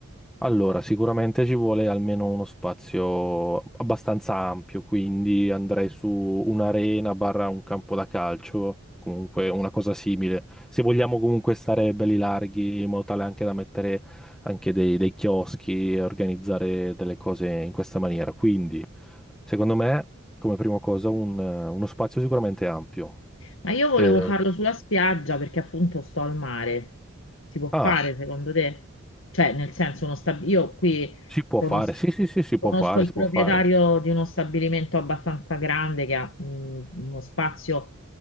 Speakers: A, in the centre; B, on the left (about 65°).
A: Allora, sicuramente ci vuole almeno uno spazio abbastanza ampio, quindi andrei su un'arena barra un campo da calcio, comunque una cosa simile. Se vogliamo comunque stare belli larghi, in modo tale anche da mettere anche dei, dei chioschi e organizzare delle cose in questa maniera. Quindi. Secondo me, come prima cosa, un, eh, uno spazio sicuramente ampio.
B: Ma io volevo
A: Eh,
B: farlo sulla spiaggia perché appunto sto al mare. Si può fare
A: ah,
B: secondo te? Cioè, nel senso, uno stab- io qui
A: si può
B: conos-
A: fare, sì, sì, sì, si può
B: conosco
A: fare,
B: il
A: si
B: proprietario
A: può fare.
B: di uno stabilimento abbastanza grande che ha mh, uno spazio